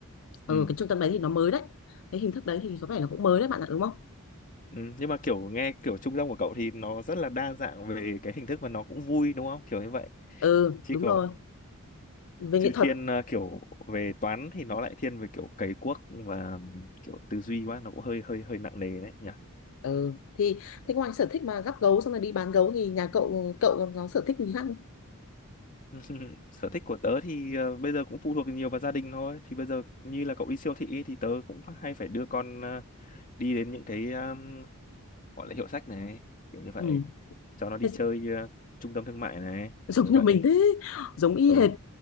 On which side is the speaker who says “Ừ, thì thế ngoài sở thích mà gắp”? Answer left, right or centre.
Left